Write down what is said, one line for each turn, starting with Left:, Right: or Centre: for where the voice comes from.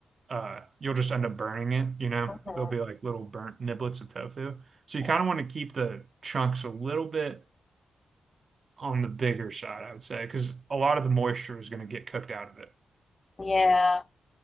Right: uh you'll just end up burning it, you know?
Left: mhm,
Right: There'll be like little burnt niblets of tofu. So you
Left: yeah.
Right: kind of want to keep the chunks a little bit on the bigger side, I would say, because a lot of the moisture is going to get cooked out of it.
Left: Yeah.